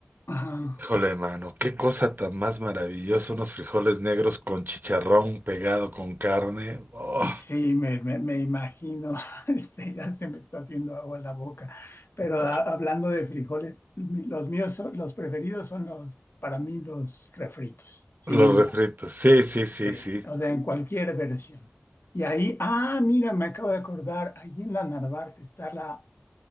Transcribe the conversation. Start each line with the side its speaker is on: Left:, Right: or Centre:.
Left: ajá.
Right: Híjole, mano, qué cosa tan más maravillosa, unos frijoles negros con chicharrón pegado con carne. Oh,
Left: Sí, me, me, me imagino, <laughs> este, ya se me está haciendo agua en la boca. Pero
Right: ah,
Left: a- hablando de frijoles, mi- los míos, son- los preferidos son los, para mí, los refritos, sin
Right: los
Left: duda.
Right: refritos. Sí, sí, sí,
Left: Sí,
Right: sí.
Left: o sea, en cualquier versión. Y ahí, ah, mira, me acabo de acordar, ahí en la Narvarte está la,